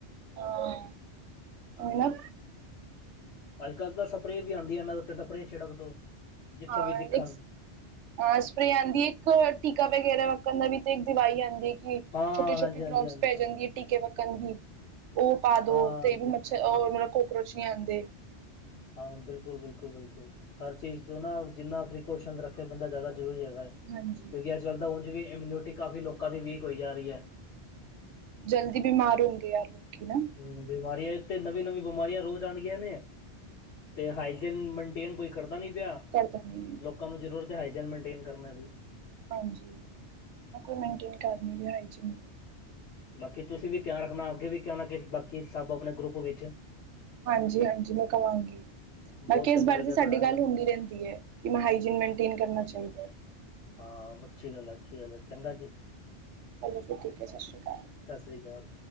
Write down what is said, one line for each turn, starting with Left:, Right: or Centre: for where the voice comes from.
Right: ਹਾਂ, ਨਾ
Left: ਅੱਜ-ਕੱਲ੍ਹ ਤਾਂ ਸਪਰੇਅ ਵੀ ਆਦੀ, ਇਹਨਾਂ ਦੇ ਉੱਤੇ ਸਪਰੇ ਛਿੜਕ ਦੋ ਜਿੱਥੇ
Right: ਹਾਂ,
Left: ਵੀ ਦਿਖਣ
Right: ਇੱਕ ਹਾਂ ਸਪਰੇ ਆਦੀ ਐ, ਇੱਕ ਟੀਕਾ ਵਗੈਰਾ ਰੋਕਣ ਦੀ ਵੀ ਤੇ ਇੱਕ ਦਵਾਈ ਆਦੀ।
Left: ਹਾਂ
Right: ਛੋਟੀ-ਛੋਟੀ
Left: ਹਾਂਜੀ
Right: ਡਰੋਪਸ
Left: ਹਾਂਜੀ ਹਾਂਜੀ
Right: ਪੈ ਜਾਂਦੀ ਐ, ਟੀਕੇ ਪੱਕਣ ਦੀ। ਉਹ ਪਾ
Left: ਹਾਂ
Right: ਦੋ
Left: ਹਾਂਜੀ
Right: ਤੇ ਵੀ
Left: ਹਾਂਜੀ
Right: ਮੱਛਰ ਉਹ
Left: ਹਾਂ
Right: ਮਤਲਬ ਕੋਕਰੋਚ ਨੀ ਆਦੇ।
Left: ਹਾਂ ਬਿਲਕੁਲ-ਬਿਲਕੁਲ-ਬਿਲਕੁਲ, ਹਰ ਚੀਜ਼ ਤੋਂ ਨਾ ਜਿੰਨਾ ਪ੍ਰੀਕੋਸ਼ਨ ਰੱਖੇ ਬੰਦਾ ਜ਼ਿਆਦਾ ਜ਼ਰੂਰੀ ਹੈਗਾ ਐ।
Right: ਹਾਂਜੀ।
Left: ਅੱਜ-ਕੱਲ ਤਾਂ ਉਂਜ ਵੀ ਇਮਿਊਨਿਟੀ ਕਾਫੀ ਲੋਕਾਂ ਦੀ ਵੀਕ ਹੋਈ ਜਾ ਰੀ ਐ।
Right: ਜਲਦੀ ਬਿਮਾਰ ਹੁੰਦੇ ਆ ਲੋਕੀ ਨਾ।
Left: ਹੂੰ ਬਿਮਾਰੀਆਂ ਇੱਕ ਤੇ ਨਵੀਂ-ਨਵੀਂ ਬਿਮਾਰੀਆਂ ਰੋਜ਼ ਆਦੀਆਂ ਨੇ। ਤੇ ਹਾਈਜਨ ਮੇਨਟੇਨ ਕੋਈ ਕਰਦਾ ਨੀ ਪਿਆ।
Right: ਕਰਦਾ ਨੀ।
Left: ਲੋਕਾਂ ਨੂੰ ਜ਼ਰੂਰਤ ਹੈ ਹਾਈਜਨ ਮੇਨਟੇਨ ਕਰਨੇ ਦੀ।
Right: ਹਾਂਜੀ, ਕੋਈ ਮੇਨਟੇਨ ਕਰ ਨੀ ਰਿਹਾ ਹਾਈਜਨ
Left: ਬਾਕੀ ਤੁਸੀਂ ਵੀ ਧਿਆਨ ਰੱਖਣਾ ਅੱਗੇ ਵੀ ਕਹਿਣਾ ਨਾ ਬਾਕੀ ਸਭ ਆਪਣੇ ਗਰੁੱਪ ਵਿੱਚ।
Right: ਹਾਂਜੀ-ਹਾਂਜੀ ਮੈਂ ਕਵਾਂਗੀ।
Left: ਬਹੁਤ
Right: ਬਾਕੀ
Left: ਚੰਗਾ
Right: ਇਸ ਬਾਰੇ
Left: ਲੱਗਿਆ
Right: ਤੇ ਸਾਡੀ
Left: ਤੁਹਾਡੇ ਨਾਲ
Right: ਗੱਲ ਹੁੰਦੀ ਰਹਿੰਦੀ ਐ, ਕਿ ਹਾਈਜਨ ਮੇਨਟੇਨ ਕਰਨਾ ਚਾਹੀਦਾ ਐ।
Left: ਹਾਂ ਅੱਛੀ ਗੱਲ ਐ ਅੱਛੀ ਗੱਲ ਐ, ਚੰਗਾ ਜੀ।
Right: ਚਲੋ ਫਿਰ ਠੀਕ ਐ ਸਤਿ ਸ਼੍ਰੀ ਅਕਾਲ।
Left: ਸਤਿ ਸ਼੍ਰੀ ਅਕਾਲ।